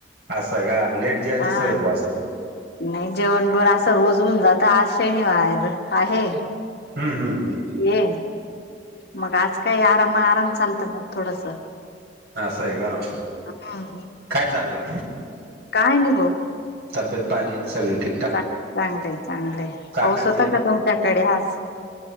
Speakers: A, on the right; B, on the left.
A: असं का लेट जेवायची
B: हा
A: सवय भा असा
B: नाही जेवण बिवन असं रोज होऊन जात आज शनिवार.. आहे
A: हम्म हम्म हम्म
B: ये मग आज काय आराम आराम चालत मग... थोडस!
A: असं आहे... का
B: हम्म
A: काय चाललं?
B: काय नि बघ..
A: तब्येत पाणी सगळी ठीक?
B: चांगलंय चांगलय
A: काकांची
B: पाऊस होता का तुमच्याकडे आज?